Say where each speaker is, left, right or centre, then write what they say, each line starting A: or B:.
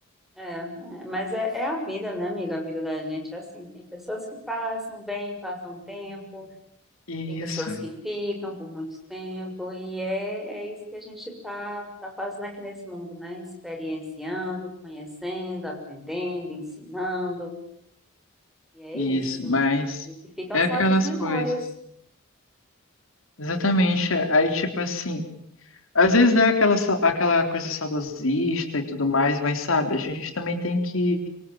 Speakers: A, in the centre; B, on the left (about 70°).
A: É, é, mas é, é a vida, né, amiga? A vida da gente é assim. Tem pessoas que passam, vêm, passam um tempo,
B: Isso,
A: tem pessoas que ficam por muito tempo, e é, é isso que a gente está tá tá fazendo aqui nesse mundo, né? Experienciando, conhecendo, aprendendo, ensinando, e é
B: isso,
A: isso.
B: mas
A: E o que ficam
B: é
A: são
B: aquelas
A: essas memórias.
B: coisas. Exatamente. Aí, tipo assim. Às vezes é aquela, sa- aquela coisa saudosista e tudo mais, mas sabe, a gente também tem que